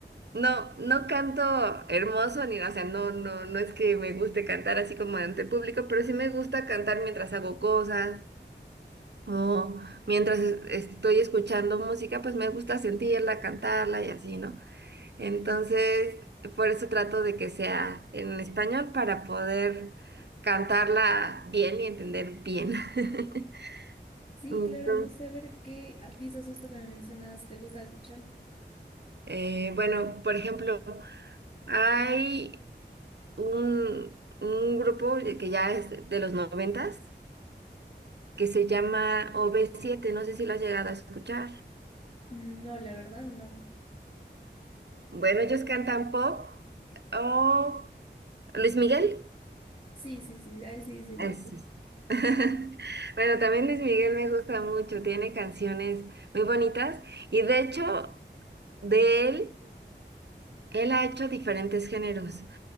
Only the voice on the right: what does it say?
No, no canto hermoso ni, o sea, no, no, no es que me guste cantar así como ante el público, pero sí me gusta cantar mientras hago cosas. O mientras es- estoy escuchando música, pues me gusta sentirla, cantarla y así, ¿no? Entonces, por eso trato de que sea en español para poder cantarla bien y entender bien. <laughs>
Entonces,
eh, bueno, por ejemplo, hay un, un grupo que ya es de los noventas que se llama OB7, no sé si lo has llegado a escuchar.
Bueno, ellos cantan pop. o Luis Miguel.
Es-
es- <laughs> Bueno, también Luis Miguel me gusta mucho, tiene canciones muy bonitas y de hecho de él, él ha hecho diferentes géneros.